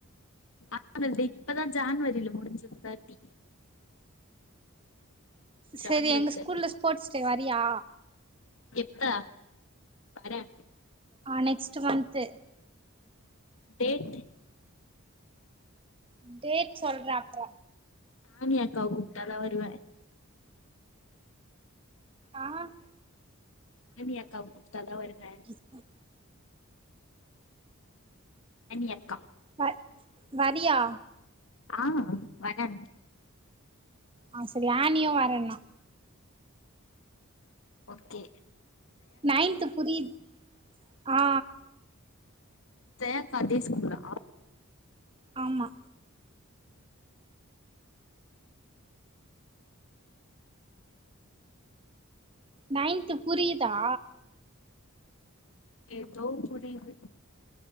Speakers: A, on the left; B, on the right.
A: ஆன்வல் டே இப்பதா ஜான்வரியல முடிஞ்சிது தேட்டி ஜான்வரி
B: சரி எங்க
A: தேர்ட்டி
B: ஸ்கூல்ல ஸ்போர்ட்ஸ் டே வரியா
A: எப்ப வரே
B: ஆ நெக்ஸ்ட் மந்த்து
A: டேட்டு
B: டேட் சொல்றே அப்றோ
A: ஆணி அக்காவ கூப்டாதா வருவே
B: அஹ்
A: ஆணி அக்காவ கூப்டாதா வருவே
B: <unintelligible>
A: ஆணியக்கா
B: வ வரியா
A: ஆஹ் வரே
B: ஆ சரி ஆனியு வரேன்னா
A: ஓக்கே
B: நைன்த்து புரியித் ஆ
A: <unintelligible> சன்டேஸ் ஸ்கூலா
B: ஆமா நைன்த்து புரியுதா
A: எதோ புரியிது